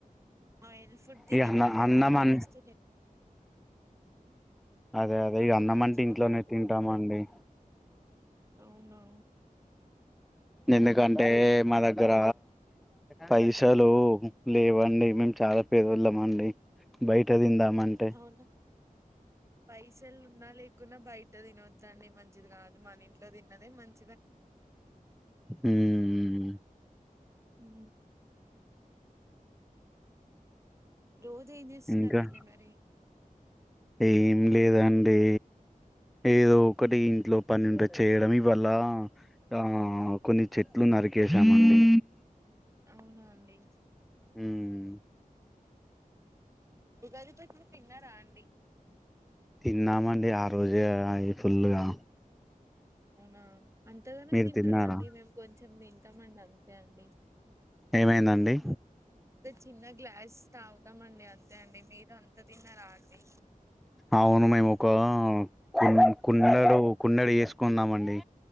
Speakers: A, on the right (about 20°); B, in the centre.
A: ఆయిల్ ఫుడ్ తినకండి
B: ఈ అన్న అన్నం
A: నూనె
B: అన్
A: వస్తువులు ఎక్కువ
B: అదే అదే
A: అంత
B: అన్నంమంటే
A: మంచిది
B: ఇంట్లోనే
A: కాదు
B: తింటామ అండి
A: అవునా
B: ఎందుకంటే మా దగ్గర పైసలు లేవండి మేము చాలా పేదోళ్లమండి బయట్ ట్ తిందామ్ అంటే
A: అవునా పైసలు ఉన్నా లేకున్నా బయట తినోద్దండి మంచిది కాదు మన ఇంట్లో తిన్నదే మంచ్
B: హ్మ్మ్
A: ఉమ్ రోజు ఏం చేస్తున్నార్
B: ఇంకా
A: అండి మరి
B: ఏం లేదండి ఏదో ఒకటి ఇంట్లో పని ఉంటే చేయడి వల్ల ఆ కొన్ని చెట్లు నరికేశామండి
A: అవునా అండి
B: హుమ్
A: ఉగాదిపచ్చడీ తీన్నర అండి
B: తిన్నామండి ఆ రోజే అ ఫుల్ గా
A: అవునా అంతగానంగా
B: మీరు
A: తింటరా
B: తిన్నారా
A: అండి మేము కొం చెమ్ తింటామండి అంత్ తే అండి
B: ఏమైందండి
A: చిన్న గ్లాస్ తాగుతామండి అంతే అండి మీరు అంత తిన్నారా అండి
B: అవును మేమొకా కు కుండడు కుండడు చేసుకున్నమండి